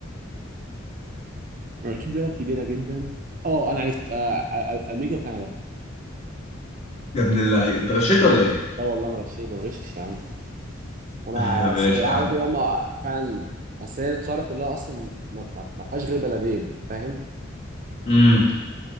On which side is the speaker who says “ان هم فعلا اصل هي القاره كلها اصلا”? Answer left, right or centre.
Right